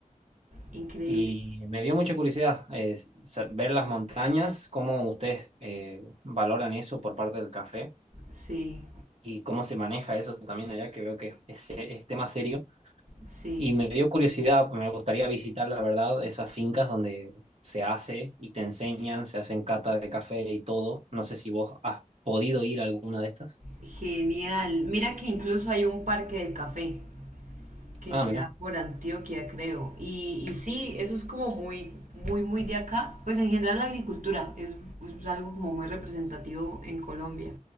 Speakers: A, on the right; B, on the right.
A: increíble.
B: Y me dio mucha curiosidad eh, sa- ver las montañas, cómo ustedes eh, valoran eso por parte del café
A: Sí,
B: y cómo se maneja eso también allá, que veo que es, es- es tema serio.
A: sí.
B: Y me dio curiosidad, me gustaría visitar, la verdad, esas fincas donde se hace y te enseñan, se hacen cata de café y todo. No sé si vos has podido ir a alguna de estas.
A: Genial. Mira que incluso hay un parque del café que
B: Ah,
A: queda
B: mira,
A: por Antioquia, creo. Y, y sí, eso es como muy, muy, muy de acá. Pues en general la agricultura es, es algo como muy representativo en Colombia.